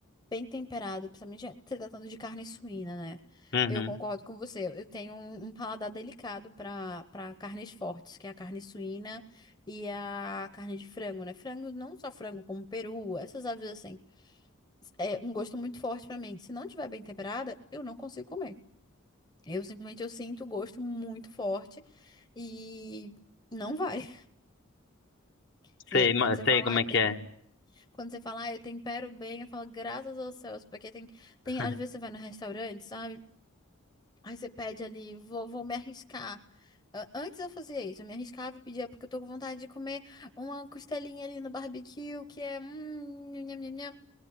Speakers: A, on the left; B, on the left.
A: bem temperado, principalmente se tratando de carne suína, né?
B: Uhum.
A: Eu concordo com você. Eu tenho um, um paladar delicado para para carnes fortes, que é a carne suína e a carne de frango, né? Frango, não só frango, como peru, essas aves assim. É um gosto muito forte para mim. Se não tiver bem temperada, eu não consigo comer. Eu simplesmente eu sinto o gosto muito forte e não vai. <laughs> Se-
B: Sei,
A: Quando
B: ma-
A: você
B: sei
A: fala,
B: como
A: ah,
B: é
A: tem...
B: que é.
A: Quando você fala, ah, eu tempero bem, eu falo, graças aos céus, porque tem, tem,
B: <laughs>
A: às vezes você vai no restaurante, sabe? Aí você pede ali, vou, vou me arriscar. A- Antes eu fazia isso, eu me arriscava e pedia, porque eu tô com vontade de comer uma costelinha ali no barbecue, que é. hum, nham, nham, nham, nham.